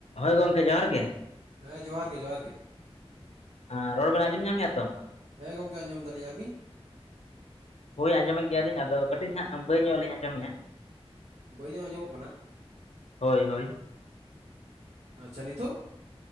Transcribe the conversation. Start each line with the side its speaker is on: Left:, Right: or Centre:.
Left: ᱦᱳᱭ ᱜᱚᱝᱠᱮ ᱡᱚᱦᱟᱨ ᱜᱮᱼᱼ
Right: ᱦᱮᱸ ᱡᱚᱦᱟᱨ ᱜᱮ ᱡᱚᱦᱟᱨ ᱜᱮᱼᱼ
Left: ᱦᱮᱸ ᱨᱚᱲ ᱵᱮᱱ ᱟᱸᱡᱚᱢ ᱧᱟᱢᱮᱜᱼᱟ ᱛᱚ
Right: ᱦᱮᱸ ᱜᱚᱢᱠᱮ ᱟᱸᱡᱚᱢ ᱫᱟᱞᱤᱧ ᱟᱹᱵᱤᱱᱼᱼ
Left: ᱦᱳᱭ ᱟᱸᱡᱚᱢ ᱮᱫ ᱜᱮᱭᱟ ᱞᱤᱧ ᱟᱫᱚ ᱠᱟᱹᱴᱤᱡ ᱦᱟᱸᱜ ᱵᱟᱹᱭ ᱧᱚᱜᱼᱞᱤᱧ ᱟᱸᱡᱚᱢᱮᱜᱼᱟ
Right: ᱵᱟᱹᱭ ᱧᱚᱜ ᱟᱸᱡᱚᱢᱚᱜ ᱠᱟᱱᱟ
Left: ᱦᱳᱭ ᱦᱳᱭ
Right: ᱟᱪᱪᱷᱟ ᱱᱤᱛᱳᱜ